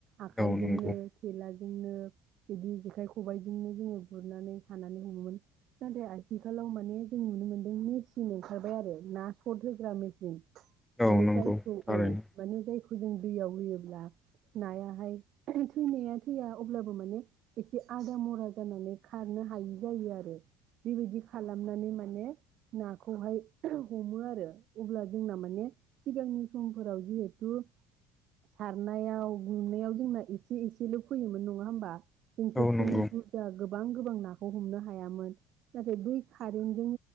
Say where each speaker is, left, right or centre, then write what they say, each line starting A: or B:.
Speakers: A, on the right; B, in the centre.
A: आखाइजोंनो
B: औ नंगौ
A: थेलाजोंनो बिदि जेखाइ खबाइजोंनो जोङो गुरनानै खानानै हमोमोन नाथाय आथिखालाव माने जों नुनो मोन्दों मेचिन ओंखारबाय आरो ना सर्ट होग्रा मेचिन। माने
B: औ नंगौ
A: जायखौ
B: थारैनो
A: औ माने जायख जों दैयाव होयोब्ला नायाहाय थैनाया थैया अब्लाबो माने एसे आदा मरा जानानै खारनो हायि जायो आरो बेबायदि खालामनानै माने नाखौहाय हमो आरो अब्ला जोंना माने सिगांनि समफोराव जिहेथु सारनायाव गुरनायाव जोंना एसे एसेल फैयोमोन नङा होमबा जों खेबसेयैनो
B: औ नंगौ
A: बुरजा गोबां गोबां नाखौ हमनो हायामोन नाथाय बै कारेन्टजों